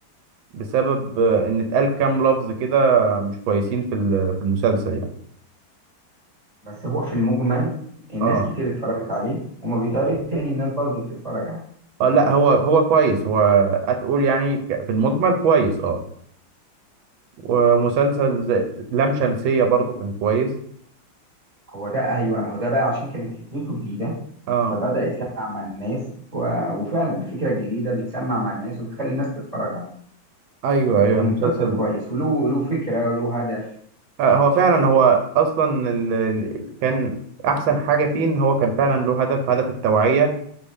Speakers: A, on the right (about 80°); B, on the right (about 20°).
A: بسبب آه، ان اتقال كام لفظ كده مش كويسين في ال- في المسلسل يعني
B: بس هو في المجمل الناس
A: اه
B: كتير اتفرجت عليه وما بيتعرض تاني الناس برضو بتتفرج عليه
A: اه لا هو هو كويس هو هتقول يعني ك- في المجمل كويس اه ومسلسل زي لام شمسيه برضه كان كويس
B: هو ده ايوه ما هو ده بقى عشان كانت فكرته جديده
A: اه
B: فبدأ يسمع مع الناس و... وفعلا الفكره الجديده بتسمع مع الناس وبتخلي الناس تتفرج عليه
A: ايوه ايوه
B: كان
A: المسلسل
B: مسلسل كويس وله له فكره وله هدف
A: آه، هو فعلا هو اصلا ال... ال- كان احسن حاجه فيه ان هو كان فعلا له هدف هدف التوعيه